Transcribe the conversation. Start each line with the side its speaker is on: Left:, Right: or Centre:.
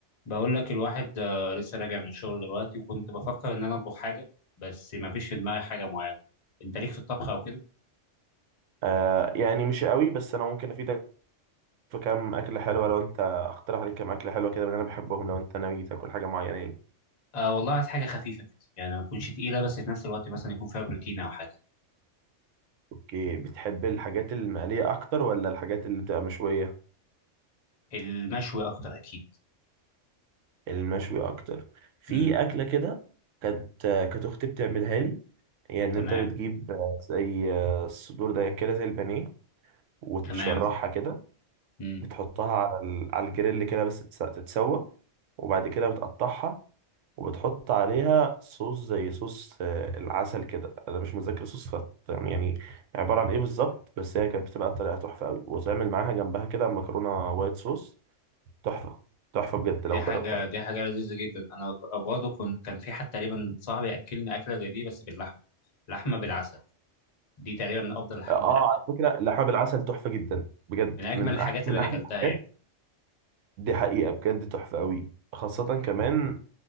Left: بقول لك الواحد آه، لسه راجع من الشغل دلوقتي وكنت بفكر ان انا اطبخ حاجه بس ما فيش في دماغي حاجه معينه انت ليك في الطبخ او كده
Right: آه يعني مش قوي بس انا ممكن افيدك في كام اكله حلوه لو انت اقترح عليك كام اكله حلوه كده من اللي انا بحبهم لو انت ناوي تاكل حاجه معينه يعني
Left: آه والله عايز حاجه خفيفه كده يعني ما تكونش تقيله بس في نفس الوقت مثلا يكون فيها بروتين او حاجه
Right: اوكي بتحب الحاجات المقليه اكتر ولا الحاجات اللي بتبقى مشويه
Left: المشوي اكتر اكيد
Right: المشوي اكتر في
Left: امم
Right: اكله كده كانت آه، كانت اختي بتعملها لي يعني ان
Left: تمام
Right: انت بتجيب آه، زي آه، الصدور ده كده زي البانيه وتشرحها
Left: تمام
Right: كده
Left: امم
Right: بتحطها على ال- على الجريل كده بس تتس- تتسوى وبعد كده بتقطعها وبتحط عليها صوص زي صوص آه، العسل كده انا مش متذكر صوص خط يعني عباره عن ايه بالظبط بس هي كانت بتبقى طريقه تحفه قوي وتعمل معاها جنبها كده مكرونه وايت صوص تحفه تحفه بجد
Left: دي
Right: لو
Left: حاجه
Right: جربتها
Left: دي حاجه لذيذه جدا انا برضه كنت كان في حد تقريبا صاحبي اكلني اكله زي دي بس باللحمه لحمه بالعسل دي تقريبا من افضل الح-
Right: اه آه،
Left: من أ-
Right: على فكره لحم بالعسل تحفه جدا بجد
Left: من اجمل
Right: من
Left: الحاجات
Right: أحك...
Left: اللي
Right: من
Left: انا
Right: احلى
Left: اكلتها
Right: الحاجات
Left: يعني
Right: دي حقيقة بجد تحفة قوي خاصة كمان